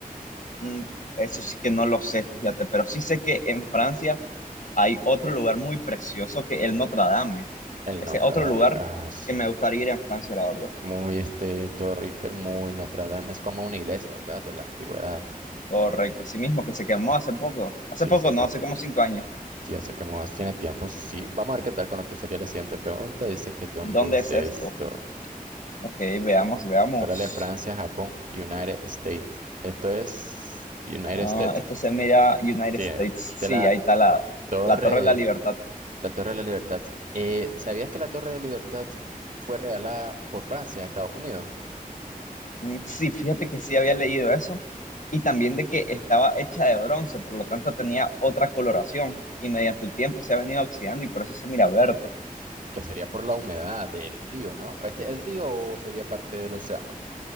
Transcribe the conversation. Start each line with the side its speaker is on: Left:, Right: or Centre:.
Left: Mm, Eso sí que no lo sé, fíjate, pero sí sé que en Francia hay otro lugar muy precioso que el Notre Dame.
Right: el
Left: Ese
Right: Notre
Left: es otro
Right: Dame.
Left: lugar
Right: Ah, sí.
Left: que me gustaría ir en Francia, la verdad.
Right: Muy este Torre Eiffel, muy Notre Dame. Es como una iglesia, ¿verdad? De la antigüedad.
Left: Correcto, así mismo que se quemó hace poco. Hace
Right: Sí,
Left: poco,
Right: sé
Left: no,
Right: que,
Left: hace como cinco años.
Right: sí, ya sé que Moas tiene tiempo. Sí, vamos a ver qué tal con lo que sería la siguiente pregunta. Dice que ¿dónde
Left: ¿Dónde
Right: es
Left: es
Right: esto?
Left: esto? Ok, veamos, veamos.
Right: Australia, Francia, Japón, United States. Esto es United
Left: Ah,
Right: States.
Left: esto se mira United
Right: Sí,
Left: States.
Right: eh, de
Left: Sí,
Right: la
Left: ahí está la,
Right: Torre,
Left: la Torre de la Libertad.
Right: la Torre de la Libertad. Eh, ¿sabías que la Torre de la Libertad fue regalada por Francia a Estados Unidos?
Left: Mm, Sí, fíjate que sí había leído eso y también de que estaba hecha de bronce, por lo tanto tenía otra coloración y mediante el tiempo se ha venido oxidando y por eso se mira verde.
Right: Que sería por la humedad del río, ¿no? ¿Este el río o sería parte del océano?